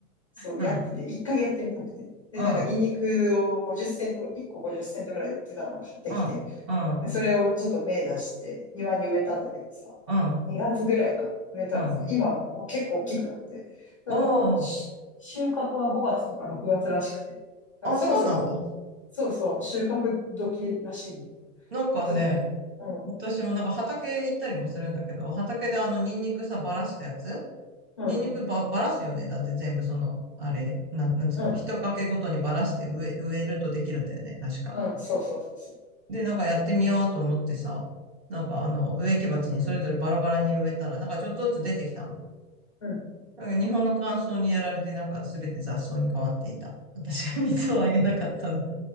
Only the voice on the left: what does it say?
そう、
やってて、一回やってみたくて。で、
なんか、ニンニクを50セント、1個50セントぐらいで売ってたのを買ってきて、
でそれをちょっと芽出して、庭に植えたんだけどさ、
2月ぐらいか、植えたらさ、
今もう結構大きくなって、なんか、
し収穫は5月とか6月らしくて、だからそろそろ、
そうそう、収穫時らしいの
ちょっと、うん、
うん、
うん、
うん、
うん、そうそうそうそう。
うん。